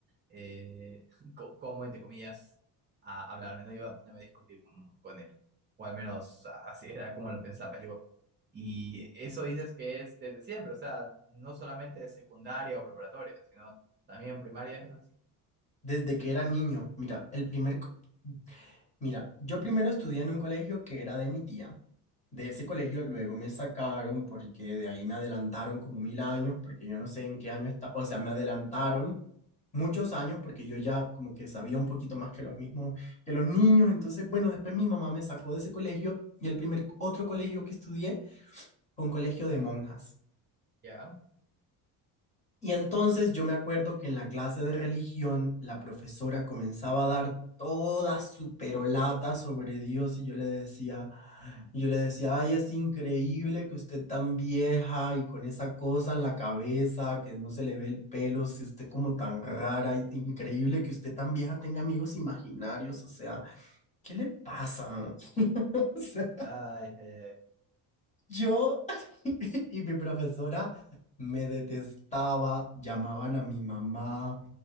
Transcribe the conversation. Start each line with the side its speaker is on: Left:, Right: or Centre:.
Right: eh, <laughs> co- cómo, entre comillas, a hablarme, no iba a ponerme a discutir con, con él, o al menos así era como lo pensaba yo. Y eso dices que es desde siempre, o sea, no solamente secundaria o preparatoria, sino también primaria, es así,
Left: Desde que era niño, mira, el primer co- Mira, yo primero estudié en un colegio que era de mi tía. De ese colegio luego me sacaron porque de ahí me adelantaron como mil años, porque yo no sé en qué año está, o sea, me adelantaron muchos años porque yo ya como que sabía un poquito más que los mismos, que los niños. Entonces, bueno, después mi mamá me sacó de ese colegio y el primer otro colegio que estudié fue un colegio de monjas.
Right: ¿ya?
Left: Y entonces yo me acuerdo que en la clase de religión la profesora comenzaba a dar toda su perolata sobre Dios y yo le decía, y yo le decía, ay, es increíble que usted tan vieja y con esa cosa en la cabeza, que no se le ve el pelo, se esté como tan rara, y- increíble que usted tan vieja tenga amigos imaginarios, o sea, ¿qué le pasa? <laughs> O sea,
Right: Ay, ay, ay.
Left: yo <laughs> y mi profesora me detestaba, llamaban a mi mamá,